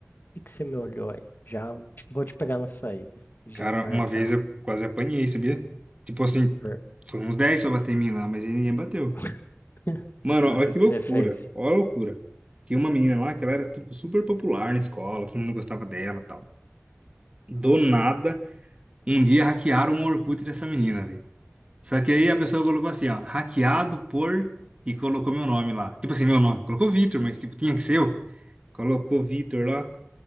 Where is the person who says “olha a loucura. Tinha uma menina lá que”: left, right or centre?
Right